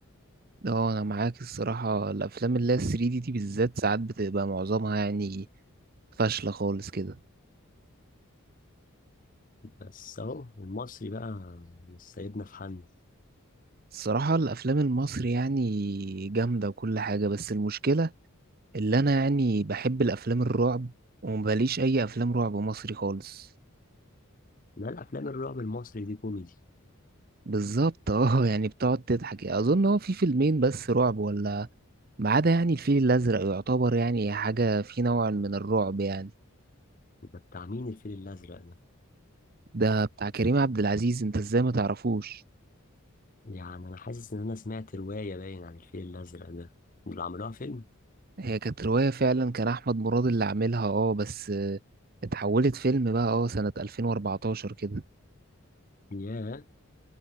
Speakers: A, on the right; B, on the left.
A: اه انا معاك الصراحه الافلام اللي هي 3 دي دي بالذات ساعات بتبقى معظمها يعني فاشله خالص كده
B: بس اهو المصري بقى مش سايبنا في حالنا
A: الصراحه الافلام المصري يعني جامده وكل حاجه بس المشكله اللي انا يعني بحب الافلام الرعب ومباليش اي افلام رعب مصري خالص
B: لا الافلام الرعب المصري دي كوميدي
A: بالظبط <laughs> اه يعني بتقعد تضحك اظن هو في فيلمين بس رعب ولا ما عدا يعني الفيل الأزرق يعتبر يعني حاجة في نوع من الرعب يعني
B: ده بتاع مين الفيل الازرق ده
A: ده بتاع كريم عبد العزيز انت ازاي ما تعرفوش
B: يعني انا حاسس ان انا سمعت روايه باين عن الفيل الازرق ده اللي عملوها فيلم
A: هي كانت رواية فعلا كان أحمد مراد اللي عاملها اه بس آه، اتحولت فيلم بقى اه سنة 2014 كده
B: ياه